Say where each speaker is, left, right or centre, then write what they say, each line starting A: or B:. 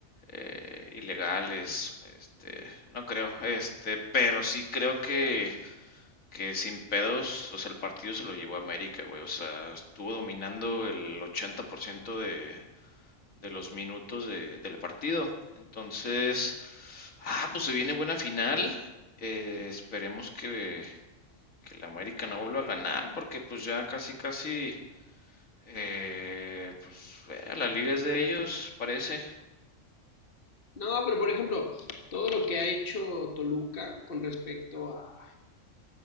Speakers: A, on the left; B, on the left.
A: eh, ilegales, este, no creo, este, pero sí creo que, que sin pedos, o sea, el partido se lo llevó a América, güey, o sea, estuvo dominando el 80% de, de los minutos de- del partido. Entonces, ah, pues se viene buena final, eh, esperemos que, que la América no vuelva a ganar, porque pues ya casi, casi eh, pues eh, la liga es de ellos, parece.
B: No, pero por ejemplo, todo lo que ha hecho Toluca con respecto a